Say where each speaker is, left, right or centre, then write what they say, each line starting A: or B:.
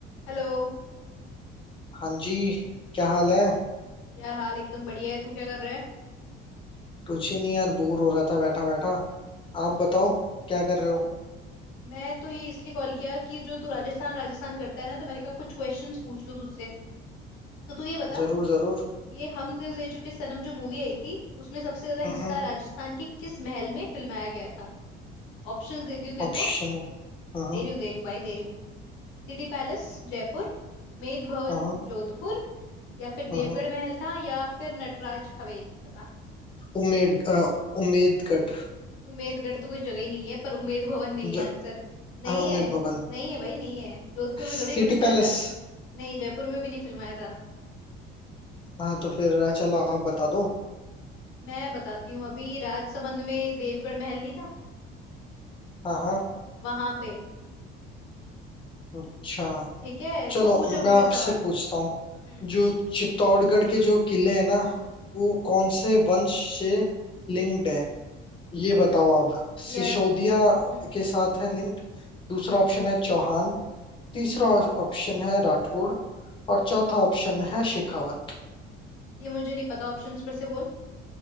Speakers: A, on the left; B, on the left.
A: Hello
B: हाँ जी क्या हाल है
A: यार हाल एकदम बढ़िया है तू क्या कर रहा है
B: कुछ ही नहीं यार बोर हो रहा था बैठा बैठा आप बताओ क्या कर रहे हो
A: मैं तो ये इसलिए कॉल किया कि जो तू राजस्थान राजस्थान करता है ना तो मैंने कहा कुछ क्वेश्चंस पूछ लूं तुझसे तो तू ये बता
B: जरूर जरूर
A: ये हम दिल दे चुके सनम जो मूवी आई थी उसमें सबसे ज्यादा हिस्सा
B: हम्म
A: राजस्थान के किस महल में फिल्माया गया था ऑप्शंस देती हूँ तेरे
B: ऑप्शन
A: को
B: हम्म
A: दे रही हूँ दे रही हूँ भाई दे रही हूँ सिटी पैलेस जयपुर मेद भवन
B: हम्म
A: जोधपुर या फिर
B: हम्म
A: देवगढ़ महल था या फिर नटराज हवेली बता
B: उम्मीद अ, उम्मीद कट
A: उमेदगढ़ तो कोई जगह ही नहीं है पर उमेद भवन नहीं है
B: ज-
A: आंसर नहीं
B: हाँ
A: है
B: उम्मीद भवन
A: नहीं है भाई नहीं है जोधपुर में थोड़ी
B: City
A: फिल्माया
B: palace
A: था नहीं जयपुर में भी नहीं फिल्माया था
B: हाँ तो फिर अ, चलो आप बता दो
A: मैं बताती हूँ अभी राजसमंद में देवगढ़ महल नहीं था
B: हाँ हाँ
A: वहां पे
B: अच्छा
A: ठीक है
B: चलो
A: तू पूछो मुझसे
B: मैं आपसे
A: सवाल
B: पूछता हूँ
A: हम्म
B: जो चित्तौड़गढ़ के जो किले हैं ना वो कौन से वंश से लिंक्ड है ये बताओ आप सिसोदिया
A: यार हम्म
B: के साथ है लिंक्ड दूसरा ऑप्शन है चौहान तीसरा ऑप्शन है राठौड़ और चौथा ऑप्शन है शेखावत
A: ये मुझे नहीं पता ऑप्शंस फिर से बोल